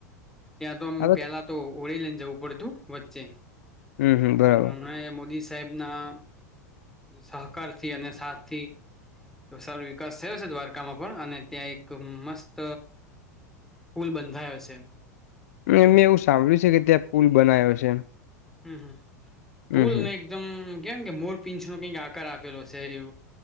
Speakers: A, in the centre; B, on the left.
A: ત્યાં તોમ
B: હ
A: પેલા તો ઓળ લઈને જવું પડતું વચ્ચે
B: હમ હમ બરાબર
A: હમણા મોદી સા સાહેબ ના સહકાર થી અને સાથથી સારો વિકાસ થયો છે દ્વારકામાં પણ અને ત્યાં એક મસ્ત પુલ બંધાયો છે
B: મેં એવું સાંભળ્યું છે કે ત્યાં પુલ બનાવ્યો છે
A: હમ હમ
B: હમ
A: પુલ
B: હમ
A: એકદમ કેમ કે મોર પિંચ નો કઈક આકાર આપેલો છેરી